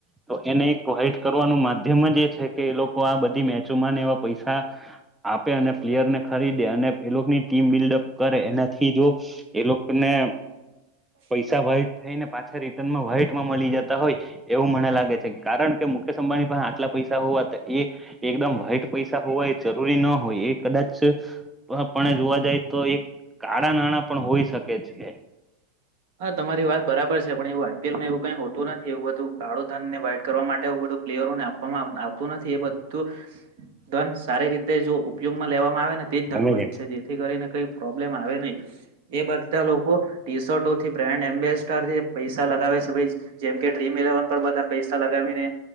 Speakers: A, in the centre; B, on the right (about 55°).
A: તો એને એક કાઈટ કરવાનું માધ્યમ જ એ છે કે એ લોકો આ બધી મેચોમાંને એવા પૈસા આપે અને
B: જીવનને
A: પ્લેયર ને
B: સારી
A: ખરીદે
B: રીતે આનંદ
A: અને એ લોકોની ટીમ બિલ્ડઅપ કરે એનાથી જો એ લોક ને
B: પણ
A: પૈસા વાઈટ થઈ ને પાછા રિટર્નમાં વાઈટમાં મળી જતા હોય એવું મને લાગે છે. કારણ કે મુકેશ અંબાનીસે હાટલા પૈસા હોવા તો એ એકદમ વ્હાઈટ પૈસા હોવાય એ જરૂરી ના હોય. એ કદાચ અહ પણ જોવા જાય તો એક આ નાણાં નાણાં પણ હોઈ શકે છે.
B: હા, તમારી વાત બરાબર છે પણ એવું આઈ પી એલ માં એવું કઈ હોતું નથી એવું બધું કાળું ધન ને વાઇટ કરવા માટેવું આવ બધું પ્લેયરોને આપ પવામા આવતું નથી એ બધું ધન સારી રીતે જો ઉપયોગમાં લેવામાં આવે ને તે જ ધન
A: અમે
B: હોય હોય છે જેથી કરીને કઈ પ્રોબ્લેમ આવે નહીં. એ બધા લોકો ટી શર્ટ તો થી બ્રાન્ડ એમ્બેસેડર થી પૈસા લગાવે છે પસી જેમ કે ડ્રીમ ઇલેવન પર બધા પૈસા લગાવીને